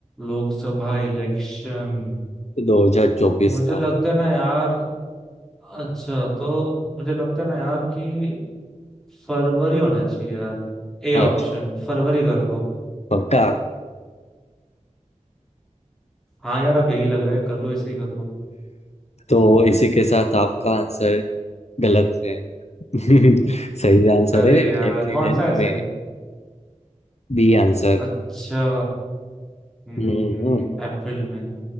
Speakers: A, in the centre; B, on the left.
A: लोकसभा इलेक्शन
B: 2024
A: मुझे
B: का
A: लगता है ना यार अच्छा तो मुझे लगता है ना यार कि फरवरी होना चाहिए यार ए ऑप्शन
B: अच्छा
A: फरवरी कर लो
B: पक्का
A: हाँ यार अब यही लग रहा है कर लो इसे ही कर लो
B: तो इसी के साथ आपका आंसर गलत है <laughs> सही आंसर
A: अरे
B: है
A: यार
B: April
A: कौन
B: and
A: सा ऐसा
B: May
A: ही
B: B answer
A: अच्छा हम्म
B: हम्म हम्म।
A: अप्रैल में